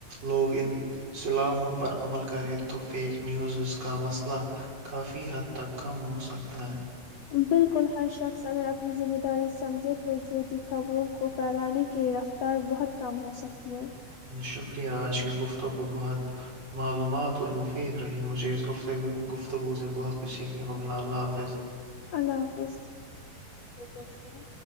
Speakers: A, on the right (about 40°); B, on the left (about 65°).
A: لوگ ان صلاحوں پر عمل کریں تو فیک نیوزز کا مسئلہ کافی حد تک کم ہوسکتا ہے
B: بالکل ہر شخص اگر اپنی ذمہ داری سمجھے تو جھوٹی خبروں کو پھیلانے کی رفتار بہت کم ہو سکتی ہے
A: شکریہ آج کی گفتگو بہت معلومات اور مفید رہی مجھے اس گفتگو گفتگو سے بہت کچھ سیکھنے کو ملا اللہ حافظ
B: اللہ حافظ <inaudible> سوں